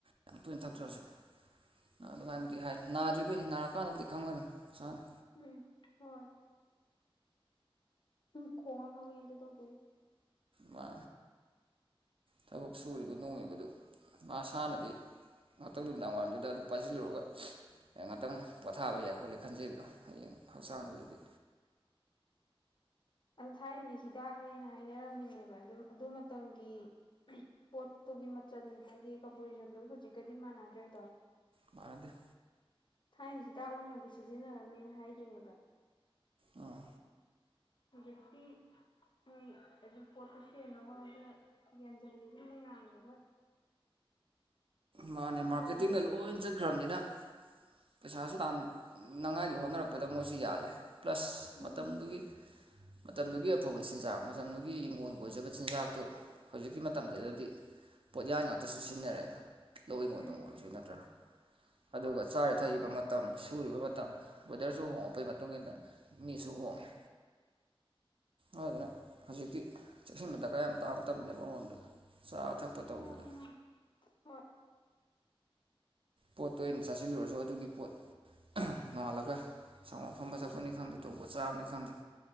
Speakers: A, on the right; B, on the left.
A: ꯌꯥꯝ ꯇꯣꯏꯅ ꯊꯛꯇ꯭ꯔꯖꯨ ꯑꯥ ꯑꯗꯨꯃꯥꯏꯕꯨꯗꯤ ꯍꯥꯏ ꯅꯥꯗ꯭ꯔꯤꯕꯩꯅꯤ ꯅꯥꯔꯛꯀꯥꯟꯗꯕꯨꯗꯤ ꯈꯪꯒꯗꯝ ꯃꯁꯥꯅ
B: ꯎꯝ ꯍꯣꯏ ꯎꯝ ꯈꯣꯡꯉ ꯈꯪꯉꯦ ꯗꯨ ꯇꯧꯗꯣꯏꯅꯤ
A: ꯃꯥ ꯊꯕꯛ ꯁꯨꯔꯤꯕ ꯅꯣꯡꯃꯤꯕꯗꯨ ꯃꯁꯥꯅꯗꯤ ꯉꯥꯛꯇꯪ ꯅꯨꯃꯤꯗꯥꯡꯋꯥꯏꯔꯝꯗꯨꯗ ꯑꯗꯨ ꯄꯥꯏꯖꯤꯜꯂꯨꯔꯒ ꯑꯦ ꯉꯥꯛꯇꯪ ꯄꯣꯊꯥꯕ ꯌꯥꯏ ꯈꯣꯠꯂꯦ ꯈꯟꯖꯩꯕꯗꯣ ꯍꯌꯦꯡ ꯍꯛꯆꯥꯡꯗꯨꯗꯤ
B: ꯑꯧ ꯊꯥꯏꯅꯗꯤ ꯍꯤꯗꯥꯛꯅꯦꯅ ꯍꯥꯏꯅꯔꯝꯃꯤꯅꯦꯕ ꯑꯗꯨꯝ ꯑꯗꯨ ꯃꯇꯝꯒꯤ ꯄꯣꯠꯇꯨꯒꯤ ꯃꯆꯜ ꯍꯥꯏꯗꯤ ꯀꯝꯄꯣꯖꯤꯁꯟꯗꯨ ꯍꯧꯖꯤꯛꯀꯗꯤ ꯃꯥꯟꯅꯗ꯭ꯔꯦꯗꯣ
A: ꯃꯥꯟꯅꯗꯦ
B: ꯊꯥꯏꯅ ꯍꯤꯗꯥꯛ ꯑꯣꯏꯅꯕꯨ ꯁꯤꯖꯤꯟꯅꯔꯝꯃꯦꯅ ꯍꯥꯏꯗꯨꯅꯦꯕ
A: ꯑꯥ
B: ꯍꯧꯖꯤꯛꯇꯤ ꯅꯣꯏ ꯑꯗꯨ ꯄꯣꯠꯇꯨ ꯁꯦꯝꯅꯕ ꯍꯣꯠꯅꯕꯗ ꯌꯥꯟꯖꯟꯒꯤꯕ ꯃꯌꯥꯝꯗꯨꯒ
A: ꯃꯥꯅꯦ
B: ꯑꯗꯨꯒ
A: ꯃꯥꯔꯀꯦꯇꯤꯡꯗ ꯂꯣꯏ ꯆꯠꯈ꯭ꯔꯝꯅꯤꯅ ꯄꯩꯁꯥꯁꯨ ꯇꯥꯟꯅꯉꯥꯏꯒꯤ ꯍꯣꯠꯅꯔꯛꯄꯗ ꯃꯣꯏꯁꯨ ꯌꯥꯜꯂꯦ ꯄ꯭ꯂꯁ
B: ꯎꯝ
A: ꯃꯇꯝꯗꯨꯒꯤ ꯃꯇꯝꯗꯨꯒꯤ ꯑꯐꯕ ꯆꯤꯟꯖꯥꯛ ꯃꯇꯝꯗꯨꯒꯤ ꯏꯪꯒꯣꯜ ꯀꯣꯏꯖꯕ ꯆꯤꯟꯖꯥꯛꯇꯨ ꯍꯧꯖꯤꯛꯀꯤ ꯃꯇꯝꯗꯨꯗꯗꯤ ꯄꯣꯠꯌꯥꯟ ꯉꯥꯛꯇꯁꯨ ꯁꯤꯖꯤꯟꯅꯔꯦ ꯂꯧ ꯏꯪꯒꯣꯟꯗꯪ
B: ꯎꯝ
A: ꯑꯣꯏꯔꯁꯨ ꯅꯠꯇ꯭ꯔꯥ ꯑꯗꯨꯒ
B: ꯍꯣꯏ
A: ꯆꯥꯔꯤ ꯊꯛꯏꯕ ꯃꯇꯝ ꯁꯨꯔꯤꯕ ꯃꯇꯝ ꯋꯦꯗꯔꯁꯨ ꯍꯣꯡꯉꯛꯄꯒꯤ ꯃꯇꯨꯡ ꯏꯟꯅ ꯃꯤꯁꯨ ꯍꯣꯡꯉꯦ ꯑꯗꯨꯗꯨꯅ ꯍꯧꯖꯤꯛꯇꯤ ꯆꯦꯛꯁꯤꯟꯕ ꯗꯀꯥꯔ ꯌꯥꯝ ꯇꯥꯕ ꯇꯝꯅꯦꯕ ꯃꯉꯝꯗ ꯆꯥ ꯊꯛꯄ ꯇꯧꯕꯗ
B: ꯅꯣꯡꯃ ꯍꯣꯏ
A: ꯄꯣꯠꯇꯣ ꯑꯩꯅ ꯆꯥꯁꯤꯜꯂꯨꯔꯁꯨ ꯑꯗꯨꯒꯤ ꯄꯣꯠ ꯑꯥ ꯅꯣꯉꯥꯜꯂꯒ ꯁꯪꯒꯣꯝ ꯑꯐꯝꯕ ꯊꯛꯄꯅꯤ ꯈꯪꯗꯦ ꯇꯣꯔꯣꯕꯣꯠ ꯆꯥꯕꯅꯤ ꯈꯪꯗꯦ